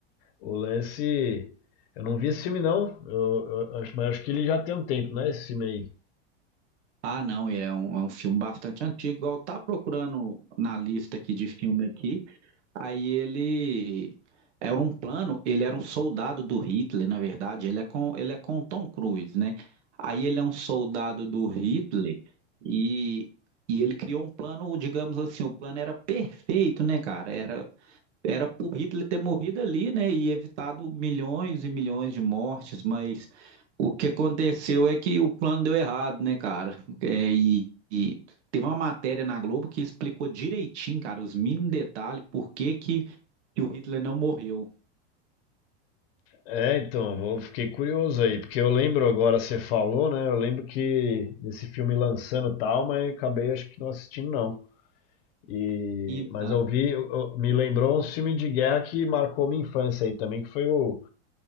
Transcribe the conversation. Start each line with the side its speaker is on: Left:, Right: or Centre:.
Left: o lance eu não vi esse filme não. Eu, eu, acho- mas acho que ele já tem um tempo, né, esse filme aí.
Right: Ah, não, é um, é um filme bastante antigo. Igual tá procurando na lista aqui de filme aqui. Aí ele era um plano, ele era um soldado do Hitler, na verdade, ele é com ele é com o Tom Cruise, né? Aí ele é um soldado do Hitler e e ele criou um plano, digamos assim, o plano era perfeito, né, cara? Era era pro Hitler ter morrido ali, né, e evitado milhões e milhões de mortes, mas o que aconteceu é que o plano deu errado, né, cara? É, e, e teve uma matéria na Globo que explicou direitinho, cara, os mínimos detalhes, por que que, que o Hitler não morreu.
Left: É, então, vou- fiquei curioso aí, porque eu lembro agora, você falou, né? Eu lembro que desse filme lançando e tal, mas acabei acho que não assistindo, não. E,
Right: Então,
Left: mas eu vi, eu- eu- me lembrou um filme de guerra que marcou minha infância aí também, que foi o